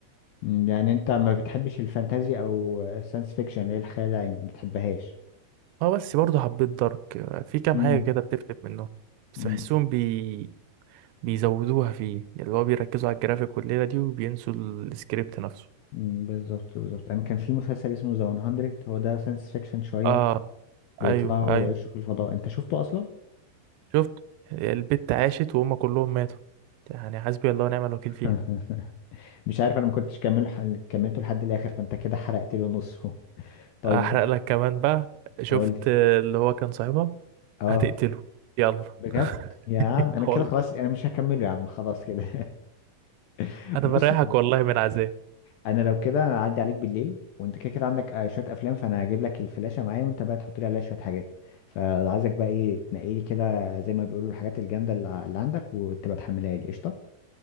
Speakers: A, on the left; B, on the right.
A: مم، يعني انت ما بتحبش الفانتازي او الساينس فيكشن اللي هي الخيال العلمي ما بتحبهاش
B: اه بس برضه حبيت دارك آه، في كام
A: مم،
B: حاجة كده بتفلت منهم بس
A: مم،
B: بحسهم بي... بيزودوها فيه يعني اللي هو بيركزوا على الجرافيك والليلة دي وبينسوا السكريبت نفسه
A: مم، بالظبط بالظبط انا كان في مسلسل اسمه ذا 100 هو ده ساينس فيكشن شويه
B: اه
A: بيطلعوا
B: ايوه ايوه
A: يعيشوا في الفضاء انت شفته اصلا
B: شفت البت عاشت وهم كلهم ماتوا يعني حسبي الله ونعم الوكيل فيها
A: <laughs> مش عارف انا ما كنتش كمل كملته لحد الاخر فانت كده حرقت له نصه <laughs> طيب
B: احرق لك كمان بقى شفت
A: قول لي
B: اللي هو كان صاحبها
A: اه
B: هتقتله يلا
A: بجد يا
B: <laughs>
A: عم انا كده
B: والله
A: خلاص انا مش هكمله يا عم خلاص كده <laughs>
B: انا
A: بص
B: بريحك والله من عذاب
A: انا لو كده انا هعدي عليك بالليل وانت كده كده عندك آه، شويه افلام فانا هجيب لك الفلاشه معايا وانت بقى تحط لي عليها شويه حاجات فعايزك بقى ايه تنقي لي كده زي ما بيقولوا الحاجات الجامده اللي اللي عندك وتبقى تحملها لي قشطه